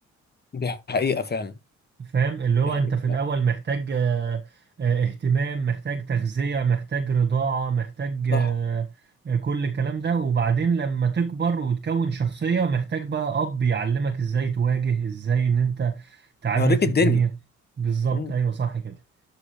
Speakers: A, on the left; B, on the right.
A: دي حقيقة فعلا
B: فاهم اللي هو
A: دي حقيقة
B: أنت في الأول
A: فعلا
B: محتاج آه، آه، اهتمام محتاج تغذية محتاج رضاعة محتاج
A: صح
B: آه، آه، كل الكلام ده وبعدين لما تكبر وتكون شخصية محتاج بقى أب يعلمك إزاي تواجه إزاي إن أنت تعافر
A: يوريك
B: في
A: الدنيا
B: الدنيا بالظبط
A: مم.
B: أيوه صح كده